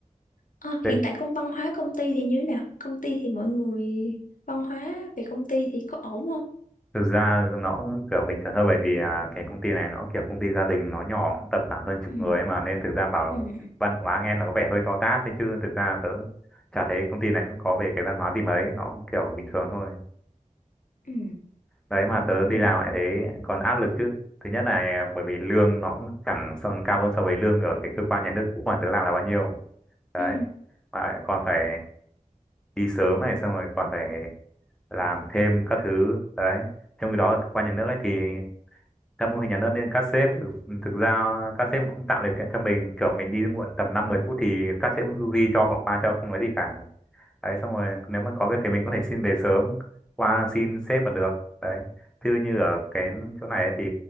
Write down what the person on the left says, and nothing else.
Ờ,
hiện tại công văn hóa công ty thì như thế nào công ty thì mọi người văn hóa về công ty thì có ổn không
ừ.
Ừ.
Ừ.
Ừ.
Ừ.